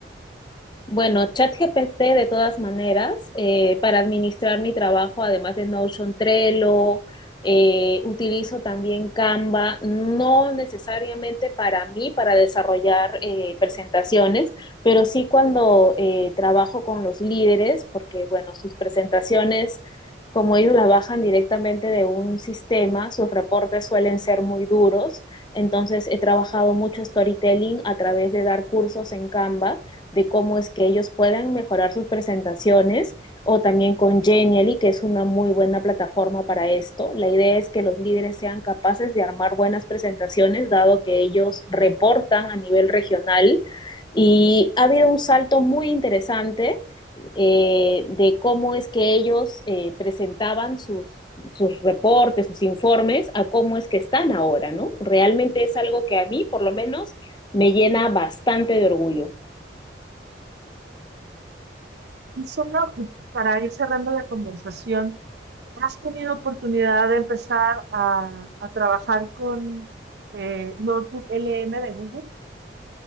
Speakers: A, on the left; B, on the right.
A: Bueno, ChatGPT de todas maneras, eh, para administrar mi trabajo, además de Notion, Trello, eh, utilizo también Canva, no necesariamente para mí, para desarrollar eh, presentaciones, pero sí cuando eh, trabajo con los líderes, porque bueno, sus presentaciones, como ellos las bajan directamente de un sistema, sus reportes suelen ser muy duros, entonces he trabajado mucho storytelling a través de dar cursos en Canva de cómo es que ellos puedan mejorar sus presentaciones o también con Genially, que es una muy buena plataforma para esto. La idea es que los líderes sean capaces de armar buenas presentaciones, dado que ellos reportan a nivel regional. Y ha habido un salto muy interesante eh, de cómo es que ellos eh, presentaban sus, sus reportes, sus informes, a cómo es que están ahora, ¿no? Realmente es algo que a mí, por lo menos, me llena bastante de orgullo.
B: Y solo para ir cerrando la conversación, ¿has tenido oportunidad de empezar a, a trabajar con eh, Notebook LM de Google?